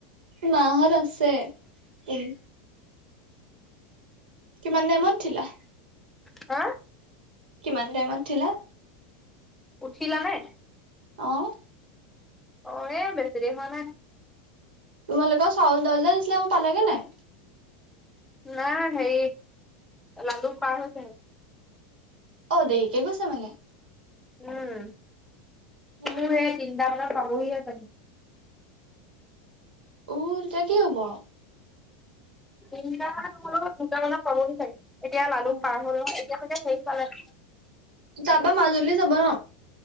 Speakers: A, on the right; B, in the centre.
A: মাহঁত আছে এনে। কিমান টাইমত উঠিলা?
B: হা।
A: কিমান টাইমত উঠিলা?
B: উঠিলা নে?
A: অঁ।
B: অ এ বেছি দেৰি হোৱা নাই।
A: তোমালোকৰ চাউল ডাইল যে আহিছিলে সেইবোৰ পালেগে নাই।
B: না হেৰি লালুক পাৰ হৈছে হে।
A: অঁ দেৰিকে গৈছে মানে।
B: উম
A: অ
B: মোৰ এ তিনিটা মানত পাবহিহে চাগে।
A: উ তেতিয়া কি হ'ব আও।
B: তিনিটা মানত নহলেও দুটা মানত পাবহি চাগে। এতিয়া লালুক
A: অ
B: পাৰ হ'ল নহয় এতিয়া চাগে হেৰি পালে।
A: তাপা মাজুলী যাব ন।